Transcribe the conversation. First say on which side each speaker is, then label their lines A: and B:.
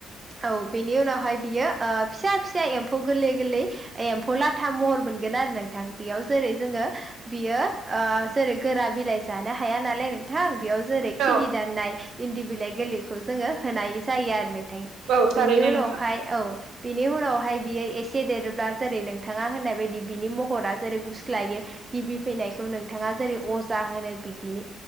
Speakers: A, on the right; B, on the right.
A: औ बेनि उनावहाय बियो ओ फिसा फिसा एम्फौ गोरलै गोरलै एम्फौ लाथा महर मोनगोन आरो नोंथां बेयाव जेरै जोङो बियो ओ जेरै गोरा बिलाइ जानो हाया नालाय नो थां बेयाव जेरै
B: औ
A: खिलि दाननाय इन्दि बिलाइ गोरै खौ जोङो होनाय जायो आरो नोंथां
B: औ थारैनो
A: बेनि उनावहाय
B: नोंथां।
A: औ बिनि उनावहाय बियो एसे देरोब्ला जेरै नोंथाङा होननाय बायदि बिनि महरा जेरै गुस्लायो गिबि फैनायखौ नोंथाङा जेरै अजा होनो बिदिनि